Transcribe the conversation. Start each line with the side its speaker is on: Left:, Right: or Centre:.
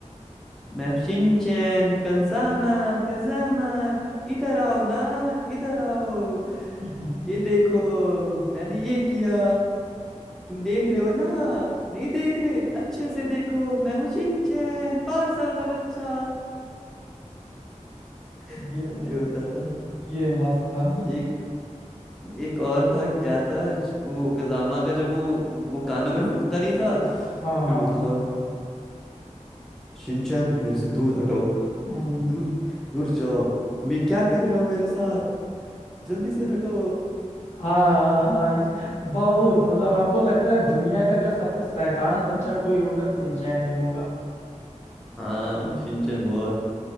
Left: हम्म
Centre: मैं शिनचैन कंजामा कंजामा इधर आओ ना इधर आओ
Left: ये
Centre: ये देखो मैंने ये किया तुम देख रहे हो ना नहीं देख रहे अच्छे से देखो मैं हूँ शिनचैन पांच साल का बच्चा
Left: सही
Centre: <laughs> ये होता था
Left: ये मस्त था
Centre: एक एक और था क्या था श- वो कजामा का जब वो वो कानों में फूंकता नहीं था फिर
Left: हाँ हाँ
Centre: बोलता
Left: हाँ
Centre: था शिनचैन मेरे से दूर हटो
Left: हम्म।
Centre: दूर दूर जाओ तुम ये क्या कर रहे हो मेरे साथ जल्दी से हटो
Left: हाँ हाँ हाँ, ये बहुत मतलब हमको लगता है दुनिया का अगर सबसे शैतान बच्चा
Centre: <laughs>
Left: कोई होगा सिंचैन ही होगा
Centre: हाँ शिनचैन बहुत